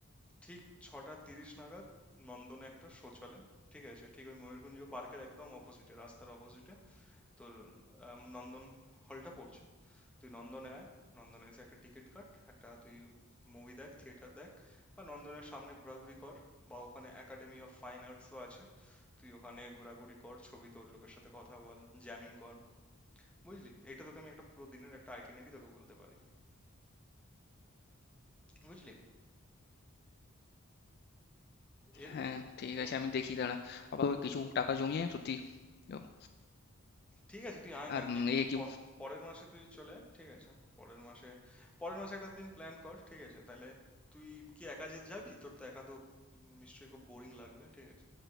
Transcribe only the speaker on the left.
হ্যাঁ ঠিক আছে
আমি দেখি দাঁড়া আবার কিছু টাকা জমিয়ে সত্যি যাবো।
আর
উম,
এ কি